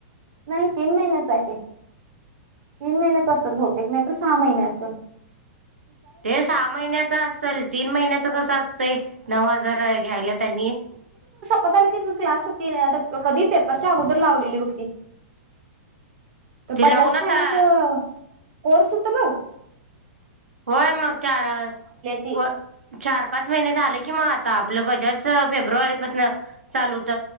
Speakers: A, on the right (about 45°); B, on the right (about 80°).
A: नाही तीन महिन्याच आहे ते तीन महिन्याच असेल, बहुतेक नाहीत सहा महिन्याच
B: ते सहा महिन्याच असेल तीन महिन्याच कस अस. ते <unintelligible> नऊ हजार अ घ्यायल्यात आणि
A: पत आलं की क्लास तेनी आता कधी पेपरच्या अगुदर लावलेली बघ ती तर
B: ते
A: बजाज
B: लावून आता
A: फायनान्स अ कोर्से हुत बग
B: होय मग चार अ
A: ती
B: व्ह चार पाच महिने झाले की मग आ आपलं बजाजच फेब्रुवारीपासून अ चालू हुत